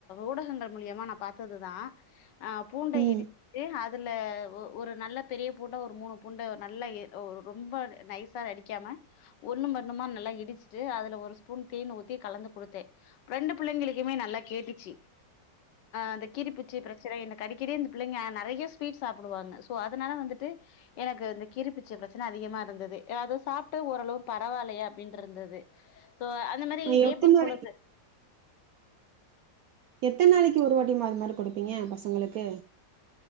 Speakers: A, on the left (about 75°); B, on the right (about 70°).
A: ஊடகங்கள் மூலியமா நா பாத்ததுதா ஆ பூண்ட
B: ம்
A: இடிச்சி அது அதுல ஒ ஒரு நல்ல பெரிய பூண்ட ஒரு மூணு பூண்ட நல்ல எ ஒ ரொம்ப நைசா அடிக்காம ஒன்னு மன்னுமா நல்லா இடிச்சிட்டு அதுல ஒரு ஸ்பூன் தேன் ஊத் கலந்து குடுத்தே ரெண்டு பிள்ளைங்களுக்குமே நல்லா கேட்டுச்சி அந்த கீரீப்பூச்சி பிரச்சன எனக் அடிக்கடி இந்த பிள்ளைங்க நெறைய ஸ்வீட் சாப்பிடுவாங்க சோ அதனால வந்துட்டு எனக்கு இந்த கீரீப்பூச்சி பிரச்சன அதிகமா இருந்தது அத சாப்ட்டு ஓரளவு பரவால்லையா அப்படின்னு இருந்தது சோ அந்த மாரி
B: அ
A: <unintelligible>
B: எத்தன் நாளைக்கு எத்தன் நாளைக்கு ஒரு வாட் அப்டி மாரி மாரி குடுப்பீங்க பசங்களுக்கு